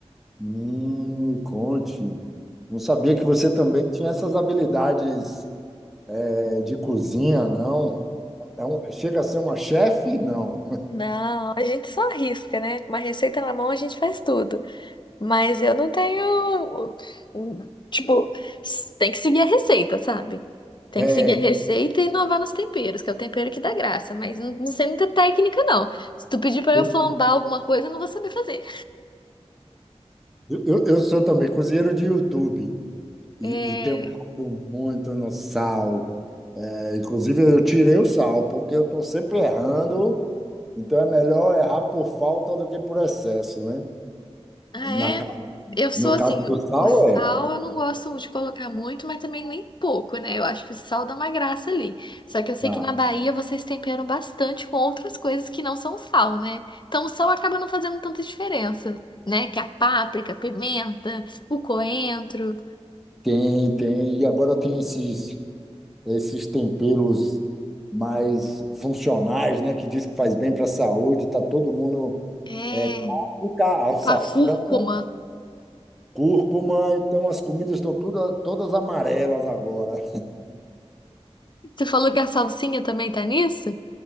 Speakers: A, in the centre; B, on the left (about 45°).
A: hum, me conte. Não sabia que você também tinha essas habilidades, é, de cozinha, não? É um- chega a ser uma chefe? Não.
B: Não, a gente só arrisca, né? Com uma receita na mão, a gente faz tudo. Mas eu não tenho. hum, Tipo, s- tem que seguir a receita, sabe? Tem
A: É,
B: que seguir a receita e inovar nos temperos, que é o tempero que dá graça. Mas não, não sei muita técnica, não. Se tu pedir pra
A: eu,
B: eu flambar alguma coisa, eu não vou saber fazer.
A: eu, eu sou também cozinheiro de YouTube. E,
B: É,
A: e tem um caldo muito no sal. É, inclusive, eu tirei o sal, porque eu estou sempre errando. Então, é melhor errar por falta do que por excesso, né?
B: Ah, é?
A: Na ca-
B: Eu sou
A: no
B: assim,
A: caso do sal,
B: o sal
A: é.
B: eu não gosto de colocar muito, mas também nem pouco, né? Eu acho que o sal dá uma graça ali. Só que eu sei
A: Tá.
B: que na Bahia vocês temperam bastante com outras coisas que não são sal, né? Então o sal acaba não fazendo tanta diferença, né? Que a páprica, a pimenta, o coentro,
A: Tem, tem. E agora tem esses, esses temperos mais funcionais, né? Que diz que faz bem para a saúde. Tá todo mundo...
B: é,
A: É, páprica, alçafrão,
B: tipo a cúrcuma.
A: cúrcuma. Então, as comidas estão todas, todas amarelas agora.
B: Você falou que a salsinha também tá nisso?